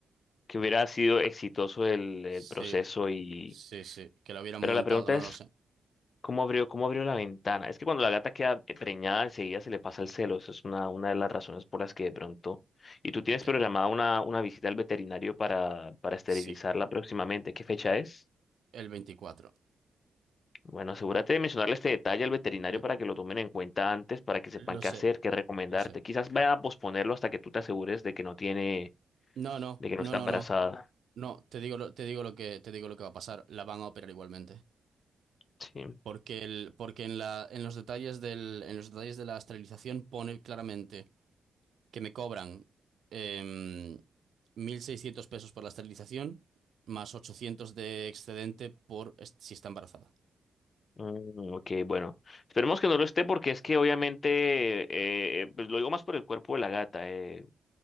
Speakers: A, on the left; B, on the right.
A: Que hubiera sido exitoso el, el
B: Sí,
A: proceso y.
B: sí, sí, que lo hubieran
A: Pero
B: montado,
A: la pregunta
B: no
A: es,
B: lo sé.
A: ¿cómo abrió, cómo abrió la ventana? Es que cuando la gata queda preñada, enseguida se le pasa el celo. Eso es una, una de las razones por las que de pronto. ¿Y tú tienes
B: Ya,
A: programada una, una visita al veterinario para, para esterilizarla
B: sí,
A: próximamente? ¿Qué fecha es?
B: el 24.
A: Bueno, asegúrate de mencionarle este detalle al veterinario
B: L-
A: para que lo tomen en cuenta antes, para que
B: lo
A: sepan qué
B: sé,
A: hacer, qué recomendarte.
B: lo sé.
A: Quizás vayan a posponerlo hasta que tú te asegures de que no tiene,
B: No, no,
A: de que
B: no,
A: no está
B: no,
A: embarazada.
B: no. No, te digo lo, te digo lo que, te digo lo que va a pasar. La van a operar igualmente.
A: Sí.
B: Porque el, porque en la, en los detalles del, en los detalles de la esterilización pone claramente que me cobran em, 1.600 pesos por la esterilización, más 800 de excedente por est- si está embarazada.
A: Mm, ok, bueno. Esperemos que no lo esté porque es que obviamente, eh, pues lo digo más por el cuerpo de la gata. eh,